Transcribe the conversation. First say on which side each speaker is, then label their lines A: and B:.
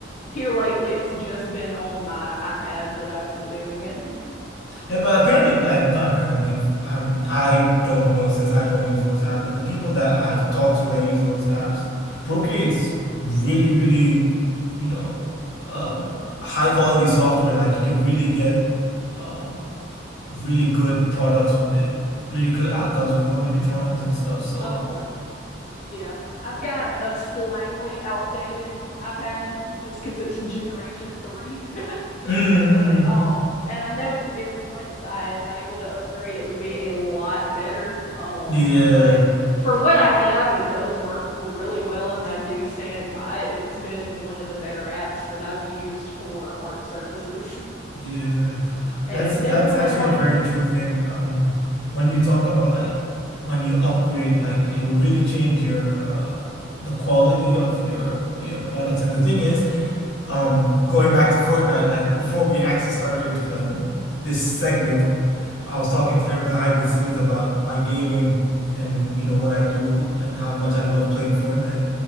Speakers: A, on the left (about 35°); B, on the left (about 75°).
A: here lately, it's just been on my iPad that I've been doing it.
B: Yeah, but apparently, like, not apparently, f- um, I don't know since I don't use those apps, but the people that I've talked to that use those apps, Procreate's really, really, you know, um, high quality software. Like, you can really get, um, really good products with it,
A: <laughs>
B: really
A: hmm
B: good outcomes with all your drawings and stuff. So,
A: Um, Yeah, I've got a slightly outdated iPad just because it's generation three. <laughs>
B: mm, mm,
A: but um, and I know if once I am able to upgrade, it would be a lot better. Um,
B: yeah.
A: but for what I have, it does work really well, and I do stand by it. It's been one of the better apps that I've used for art services,
B: Yeah,
A: and
B: that's that's
A: definitely
B: actually
A: like
B: a very true thing. Um, when you talk about like when you upgrade, like it'll really change your uh the quality of your your products. And the thing is, um, going back to Fortnite, like before we actually started um, this segment, I was talking to her behind the scenes about my gaming and you know what I do and how much I love playing Fortnite.